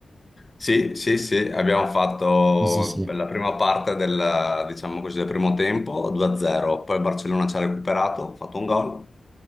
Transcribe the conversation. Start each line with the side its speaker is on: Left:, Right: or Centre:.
Left: Sì, sì, sì, abbiamo fatto
Right: Sì, sì, sì.
Left: la prima parte del, diciamo così, del primo tempo 2-0, poi il Barcellona ci ha recuperato, ha fatto un gol